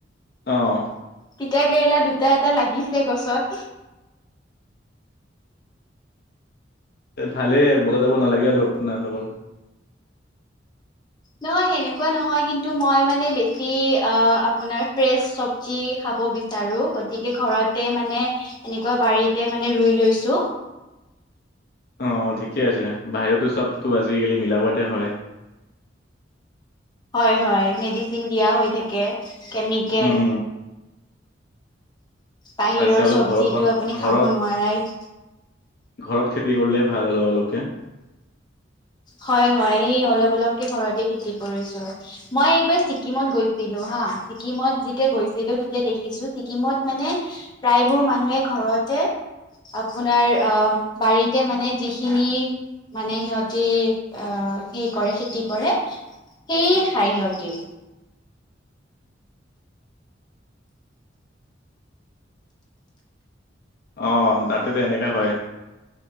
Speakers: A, on the left; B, on the left.
A: অহ
B: তিতা কেৰেলা দুটা এটা লাগিছে গছত।
A: এ ভালে বজাত যাব নালাগে আৰু আপোনালোকৰ।
B: নহয় সেনেকুৱা নহয় কিন্তু, - টো মই মানে বেছি অ আপোনাৰ ফ্ৰেছ চবজি খাব বিচাৰো। গত- তিকে ঘৰতে মানে এনেকুৱা বাৰীতে মানে ৰুই লৈছো।
A: অঁ ঠিকে আছে, বাহিৰততো চবতো আজিকালি মিলাবতে হয়।
B: হয় হয়, মেডিচিন দিয়া হৈ থাকে কেমিকেল।
A: উম
B: বাহিৰৰ
A: তাতছে অলপ
B: চব্জিটো
A: ঘৰত বন
B: আপুনি
A: ঘৰত
B: খাব নোৱাৰাই।
A: ঘৰত খেতি কৰিলে ভাল অলপ অলপকে।
B: হয় হয়, এই অলপ অলপকে ঘৰতে খেতি কৰিছো। মই একবাৰ ছিকিমত গৈছিলো হা‍ঁ ছিকিমত যেতিয়া গৈছিলো তেতিয়া দেখিছো ছিকিমত মানে- প্ৰায়বোৰ মানুহে ঘৰতে- আপোনাৰ অঁ' বাৰীতে মানে যিখিনি মানে সিহঁতি- অ সি কৰে খেতি কৰে, সেইয়ে খাই সিহঁতি।
A: অঁ' দাতেতো এনেকা হয়।